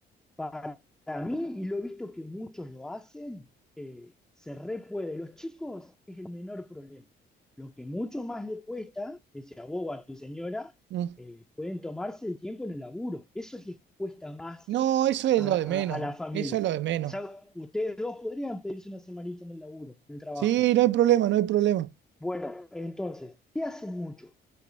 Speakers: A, in the centre; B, on the right.
A: Para mí, y lo he visto que muchos lo hacen, eh, se re puede. Los chicos es el menor problema. Lo que mucho más le cuesta, que sea vos o a tu señora,
B: Mm.
A: eh, pueden tomarse el tiempo en el laburo. Eso es lo que cuesta más
B: No, eso es
A: a,
B: lo
A: a,
B: de menos,
A: a, la familia.
B: eso es lo de menos.
A: O sea, ustedes dos podrían pedirse una semanita en el laburo, en el trabajo.
B: Sí, no hay problema, no hay problema.
A: Bueno, entonces, ¿qué hacen mucho?